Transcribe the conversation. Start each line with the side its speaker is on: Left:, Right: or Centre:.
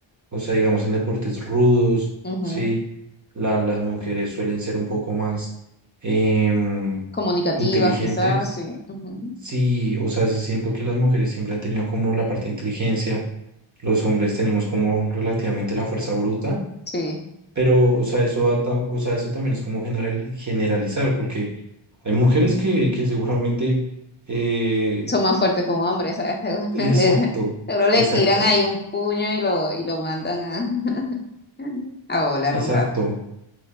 Right: o sea, digamos, en deportes rudos,
Left: ujú.
Right: ¿sí? La- las mujeres suelen ser un poco más em,
Left: Comunicativas,
Right: inteligentes,
Left: quizás, sí. ujú,
Right: sí, o sea, sí siento que las mujeres siempre han tenido como la parte de inteligencia los hombres tenemos como relativamente la fuerza bruta,
Left: Sí,
Right: pero, o sea, eso va ta- o sea, eso también es como general- generalizar, porque hay mujeres que, que seguramente, eh,
Left: son más fuertes con hombres, ¿sabes? <laughs> Seguro
Right: exacto,
Left: le, seguro le
Right: exacto,
Left: tiran ahí un puño y lo, y lo mandan a, <laughs> a volar
Right: exacto.
Left: un rato.